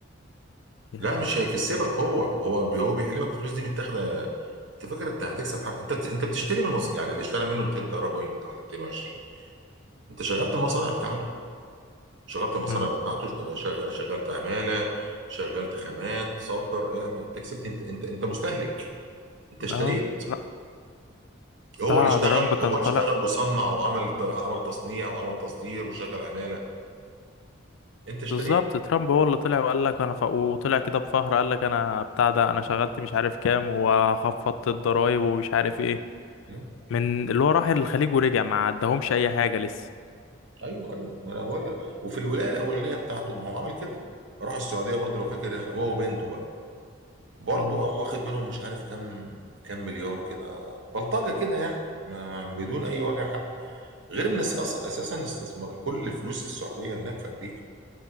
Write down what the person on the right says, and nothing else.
لا مش هيكسبك هو هو بي- هو بيحلمك الفلوس دي متاخده انت فاكر انت هتكسب حاجه انت انت بتشتري من مصر يعني اللي اشترى منه 200 طياره بوينج ده ولا 220 انت شغلت المصانع بتاعته شغلت المصانع
بتاعته شت- شغ- شغلت عماله شغلت خامات صدر اعمل انت كسبت انت انت انت مستهلك انت اشتريت
هو
اللي اشتغل
هو اللي
اشتغل وصنع وعمل ت- عمل تصنيع وعمل تصدير وشغل عماله انت اشتريت
آه.
مم. مم.
ايوه ايوه ما انا بقول لك وفي الولايه الاولانيه بتاعته ما هو عمل كده راح السعوديه برضه لو فاكر هو وبنته بقى برضه
قام واخد منهم مش عارف كام كام مليار كده بلطجه كده يعني ما ما- بدون اي وجع حق غير ان أس- أص- اساسا استثمار كل فلوس السعوديه هناك في امريكا